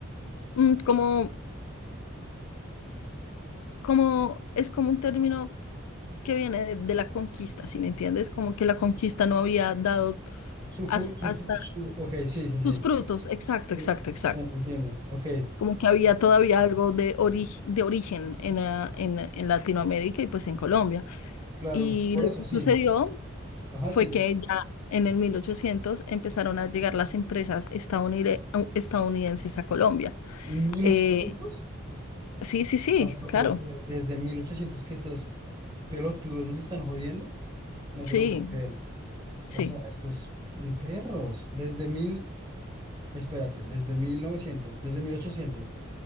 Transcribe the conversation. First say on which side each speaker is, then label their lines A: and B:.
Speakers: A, on the left; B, on the right.
A: mm, como como es como un término que viene de, de la conquista, si me entiendes? Como que la conquista no había dado
B: Su fru-
A: has-
B: su,
A: hasta
B: fru- su- ok,
A: sus
B: sí, sí, sí.
A: frutos. Exacto,
B: Sí,
A: exacto, exacto.
B: ya te entiendo, ok.
A: Como que había todavía algo de, ori- de origen en, ah, en, en Latinoamérica y pues en Colombia.
B: Claro,
A: Y
B: por
A: lo
B: eso
A: que
B: sí.
A: sucedió
B: Ajá,
A: fue
B: sí.
A: que ya en el 1800 empezaron a llegar las empresas estadounire- estadounidenses a Colombia.
B: ¿En mil
A: Eh,
B: ochocientos
A: sí, sí, sí,
B: No te lo
A: claro.
B: puedo creer. Desde 1800 que estos pelotudos nos están jodiendo, no
A: Sí,
B: te lo puedo creer.
A: sí,
B: O sea, estos mm, perros, desde mil, espérate, desde 1900 desde mil ochocientos